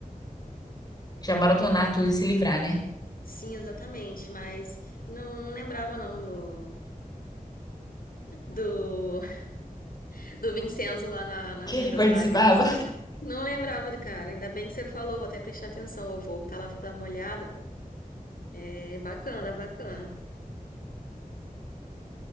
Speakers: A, on the left (about 25°); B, on the left (about 75°).
A: Já maratonar tudo e se livrar, né?
B: Sim, exatamente, mas não, não lembrava não do, do, <laughs> do Vincenzo lá na, na
A: Que
B: Rainha
A: ele
B: das
A: participava.
B: Lágrimas. Não lembrava do cara, ainda bem que você falou, vou até prestar atenção, eu vou voltar lá pra dar uma olhada. É bacana, bacana.